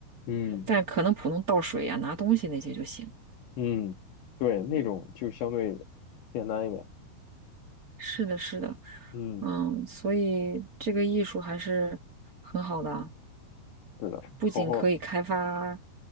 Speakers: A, on the left; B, on the right.
A: 嗯
B: 但可能普通倒水啊、拿东西那些就行。
A: 嗯，对，那种就相对简单一点。
B: 是的，是的，
A: 嗯，
B: 嗯，所以这个艺术还是很好的啊，
A: 是的，
B: 不仅可以开发
A: 好好